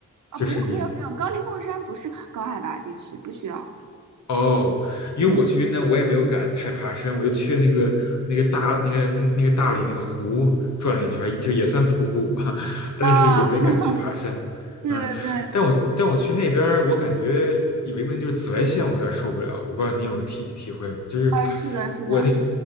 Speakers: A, on the right; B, on the left.
A: 啊，
B: 就甚至于
A: 不用不用不用，高黎贡山不是高海拔地区，不需要。
B: 哦，因为我去云南，
A: 嗯
B: 我也没有敢太爬山，我就去那个那个大那个那个那个大理那个湖转了一圈，就也算徒步吧，<laughs> 但是也没敢去爬山。
A: 啊，<laughs> 对对对，
B: 嗯，但我但我去那边儿我感觉有一个问题就是紫外线，我有点受不了。我不知道您有体体会吗？就是
A: 啊，是的，是的，
B: 我那个